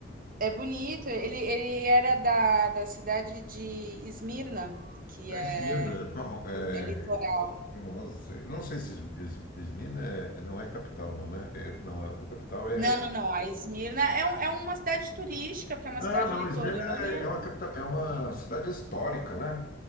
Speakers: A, on the right (about 45°); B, on the left (about 45°).
A: É bonito, ele, ele era da, da cidade de Esmirna, que
B: É,
A: é,
B: Izmir, é, famo- é,
A: é litoral.
B: famoso, sei. não sei se Iz- Iz- Izmir é- não é capital, não, né? É, não, a capital é.
A: Não, não, não. A Esmirna é, um- é uma cidade turística, porque é uma
B: Ah,
A: cidade
B: não,
A: litorânea.
B: Izmir é, é uma capital, é uma cidade histórica, né?